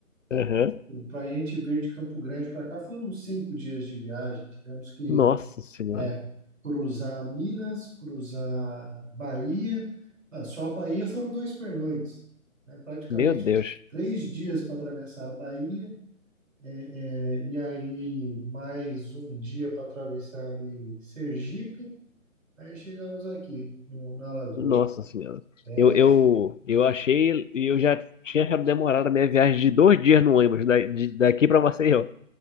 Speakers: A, on the left; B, on the right.
A: <laughs> Aham.
B: Para a gente vir de Campo Grande para cá foram cinco dias de viagem. Tivemos que
A: Nossa Senhora.
B: É, cruzar Minas, cruzar Bahia. Ah, só a Bahia foram dois pernoites, né? Praticamente
A: Meu Deus.
B: três dias para atravessar a Bahia, é, é, e aí mais um dia para atravessar ali Sergipe. Aí chegamos aqui, no, na Alagoas.
A: Nossa Senhora.
B: É,
A: Eu, eu, eu achei, e eu já tinha achado demorado a minha viagem de dois dias no ônibus, da, de- daqui para Maceió.